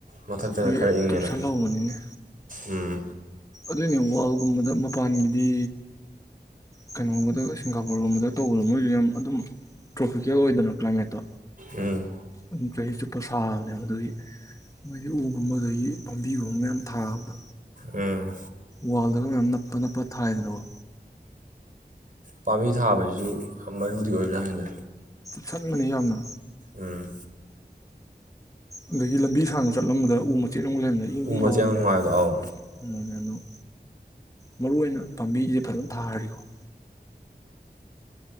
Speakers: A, on the right; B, on the left.
A: ꯃꯊꯛꯇꯅ
B: ꯂꯣꯏ
A: ꯈꯔ ꯏꯪꯉꯦꯅ
B: ꯆꯨꯞꯁꯜꯍꯧꯕꯅꯤꯅꯦ
A: ꯎꯝ
B: ꯑꯗꯨꯏꯅꯦ ꯋꯥꯔꯜꯒꯨꯝꯕꯗ ꯃꯄꯥꯟꯒꯤꯗꯤ ꯀꯩꯅꯣꯒꯨꯝꯕꯗ ꯁꯤꯡꯒꯥꯄꯨꯔꯒꯨꯝꯕꯗ ꯇꯧꯕꯗꯣ ꯃꯣꯏꯁꯨ ꯌꯥꯝ ꯑꯗꯨꯝ ꯇ꯭ꯔꯣꯐꯤꯀꯦꯜ ꯑꯣꯏꯗꯅ ꯀ꯭ꯂꯥꯏꯃꯦꯠꯇꯣ
A: ꯎꯝ
B: ꯑꯗꯨꯝ ꯆꯍꯤ ꯆꯨꯞꯄ ꯁꯥꯕꯅꯦꯕ ꯑꯗꯨꯒꯤ ꯃꯣꯏꯒꯤ ꯎꯒꯨꯝꯕ ꯑꯗꯒꯤ ꯄꯥꯝꯕꯤꯒꯨꯝꯕ ꯃꯌꯥꯝ ꯊꯥꯕꯗꯣ
A: ꯎꯝ
B: ꯋꯥꯔꯜꯗꯒ ꯃꯌꯥꯝ ꯅꯞꯄ ꯅꯞꯄ ꯊꯥꯏꯗꯅꯕ
A: ꯄꯥꯝꯕꯤ ꯊꯥꯕꯁꯤꯁꯨ ꯌꯥꯝ ꯃꯔꯨꯗꯤ ꯑꯣꯏꯕ꯭ꯔꯥ ꯍꯥꯏꯅ
B: ꯆꯠꯕꯅꯤ ꯌꯥꯝꯅ
A: ꯎꯝ
B: ꯑꯗꯒꯤ ꯂꯝꯕꯤ ꯁꯥꯡꯅ ꯆꯠꯂꯝꯕꯗ ꯎ ꯃ ꯆꯦꯠ ꯑꯃꯨꯛ ꯂꯩꯔꯕꯗ ꯏꯪ
A: ꯎ
B: ꯏꯪ
A: ꯃꯆꯦꯠ
B: ꯂꯥꯎꯅꯦꯕ
A: ꯑꯃ ꯅꯨꯡꯉꯥꯏꯕꯗꯣ ꯑꯧ
B: ꯑꯗꯨꯅ ꯃꯔꯨ ꯑꯣꯏꯅ ꯄꯥꯝꯕꯤꯁꯦ ꯐꯖꯅ ꯊꯥꯈꯔꯤꯀꯣꯅꯤ